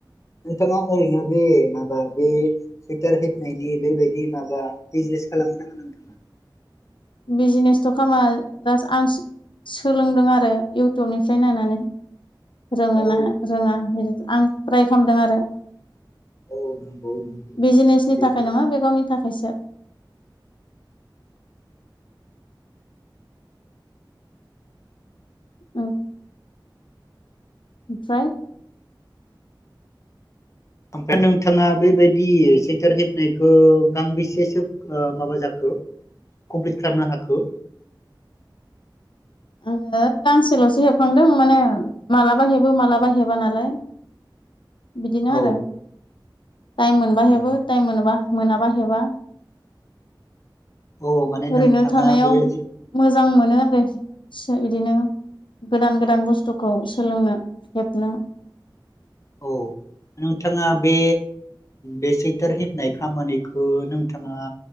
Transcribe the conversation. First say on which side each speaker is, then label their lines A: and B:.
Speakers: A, on the left; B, on the left.
A: नोंथाङा ओरैनो बे माबा बे सुइटार हेबनायनि बेबायदि माबा बिजिनेस खालामो नामा नोंथाङा?
B: बिजिनेसथ' खालामा जास आं सोलोंदों आरो इउटुबनिफ्राय नायनानै। रोङो
A: औ
B: ना रोङा बिदि। आं ट्राइ खामदों आरो।
A: औ नंगौ नंगौ
B: बिजिनेसनि
A: बेथ'
B: थाखाय नङा बे गावनि थाखायसो। औ ओमफ्राय।
A: ओमफ्राय नोंथाङा बेबायदि सैटार हेबनायखौ गांबेसेसो ओ माबा जाखो कमप्लिट खालामनो हाखो।
B: आङो गांसेल'सो हेबखांदों माने मालाबा हेबो मालाबा हेबा नालाय। बिदिनो
A: औ
B: आरो टाइम मोनबा
A: औ
B: हेबो टाइम मोनाबा मोनाबा हेबा।
A: औ माने
B: ओरैनो
A: नोंथाङा
B: थानायाव
A: बे जि
B: मोजां मोनो आरो। से बिदिनो गोदान गोदान बुस्थुखौ सोलोंनो हेबनो।
A: औ नोंथाङा बे बे सैइटार हेबनाय खामानिखौ नोंथाङा